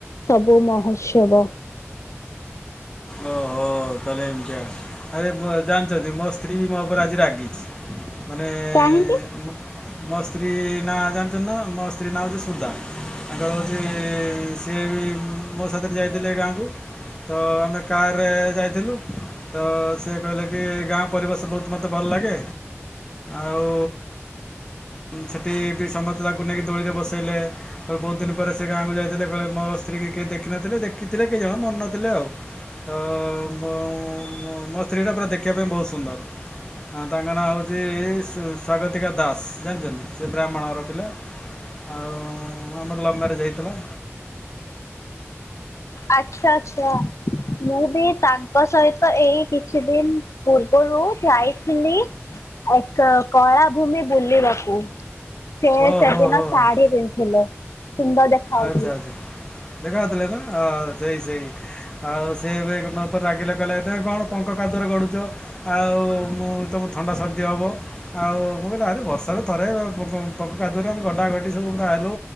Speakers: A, on the left; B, on the left.
A: ସବୁ ମହୋତ୍ସବ।
B: ଓହୋ। ତାହେଲେ ଏମତିଆ ଆରେ ଜାଣିଛନ୍ତି ମୋ ସ୍ତ୍ରୀ ବି ମୋ ଉପରେ ଆଜି ରାଗିଛି। ମାନେ
A: କାହିଁକି?
B: ମୁଁ ମୋ ସ୍ତ୍ରୀ ନାଁ ଜାଣିଛନ୍ତି ନା ମୋ ସ୍ତ୍ରୀ ନା ହଉଛି ସୁଧା। ତାଙ୍କର ହଉଛି ସିଏ ବି ମୋ ସାଥିରେ ଯାଇଥିଲେ ଗାଁକୁ। ତ ଆମେ କାର ରେ ଯାଇଥିଲୁ। ତ ସିଏ କହିଲେ କି ଗାଁ ପରିବେଶ ବହୁତ ମତେ ଭଲ ଲାଗେ ଆଉ ସେଠି ବି ସମସ୍ତେ ତାକୁ ନେଇକି ଦୋଳିରେ ବସେଇଲେ କହିଲେ ବହୁତ ଦିନ ପରେ ସେ ଗାଁକୁ ଯାଇଥିଲେ। କହିଲେ ମୋ ସ୍ତ୍ରୀକି କିଏ ଦେଖିନଥିଲେ ଦେଖିଥିଲେ କେହି ଜଣ ମନ ନଥିଲେ ଆଉ। ତ ମୁଁ ମୋ ସ୍ତ୍ରୀଟା ପୁରା ଦେଖିବା ପାଇଁ ବହୁତ ସୁନ୍ଦର ଆ ତାଙ୍କ ନାଁ ହେଉଛି ସ୍ୱାଗତିକା ଦାସ ଜାଣିଛନ୍ତି ସେ ବ୍ରାହ୍ମଣ ଘର ପିଲା ଆଉ ଆମର ଲଭ୍ ମ୍ୟାରେଜ ହେଇଥିଲା।
A: ଆଚ୍ଛା ଆଚ୍ଛା ମୁଁ ବି ତାଙ୍କ ସହିତ ଏଇ କିଛି ଦିନ ପୂର୍ବରୁ ଯାଇଥିଲି ଏକ କଳା ଭୂମି ବୁଲିବାକୁ। ସେ
B: ଓ
A: ସେଦିନ
B: ହୋ ହୋ
A: ଶାଢୀ
B: ହୋ
A: ପିନ୍ଧିଥିଲେ। ସୁନ୍ଦର ଦେଖାଯାଉଥିଲେ।
B: ଆଚ୍ଛା ଆଚ୍ଛା ଦେଖା ହେଇଥିଲେ ନା ସେଇ ସେଇ ଆଉ ସେ ଏବେ ମୋ ଉପରେ ରାଗିଲା କହିଲା ତମେ କଣ ପଙ୍କ କାଦୁଅରେ ଗଡ଼ୁଛ ଆଉ ମୁଁ ତମକୁ ଥଣ୍ଡା ସର୍ ସର୍ଦ୍ଦି ହବ ଆଉ ମୁଁ କହିଲି ଆରେ ବର୍ଷେ ତାହେଲେ ଥରେ ପଙ୍କ କାଦୁଅରେ ଆମେ ଗଡ଼ାଗଡ଼ି ସବୁ ପୁରା ହେଲୁ